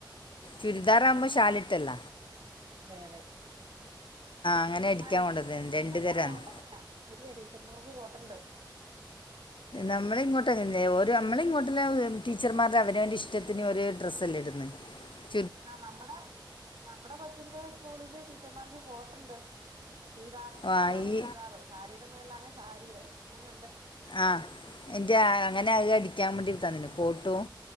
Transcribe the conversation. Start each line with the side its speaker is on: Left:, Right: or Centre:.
Right: ഉം
Left: ചുരിദാറാകുമ്പോ ശാലിട്ടല്ല
Right: അതെ അതെ
Left: അങ്ങനെ അടിക്കാൻ
Right: ആഹ് ഇപ്പൊ
Left: കൊണ്ടത്
Right: സ്കൂൾകളിലെല്ലാം
Left: രണ്ട് തരാന്ന്
Right: കോട്ടൊക്കെയാ ശെരിയാ ടീച്ചർമാർക്ക് കോട്ടുണ്ട്
Left: നമ്മളെ ഇങ്ങോട്ട്ങ്ങന്നെ ഒരു നമ്മളെ ഇങ്ങോട്ടുള്ള ടീച്ചർമാരുടെ അവരവൻ്റെ ഇഷ്ടത്തിന് ഒരു ഡ്രസ്സ അല്ലേ ഇടണ് !!!!!!!!!
Right: ആഹ് നമ്മടെ നമ്മുടെ കൊച്ചിന്ന് സ്കൂൾലെ ടീചർമാർക്ക് കോട്ടുണ്ട് ചുരിദാറിന്റെ
Left: ആ
Right: മേൾലാണങ്കിൽ
Left: ഈ
Right: ചുരിദാറ് സാരിയുടെ മേൾലാണങ്കി സാരിയുടെ അങ്ങനെയുണ്ട്
Left: ആഹ് എന്റെ ആ അങ്ങനെ അത്‌ അടിക്കാൻ വേണ്ടി തന്നീനു കോട്ടും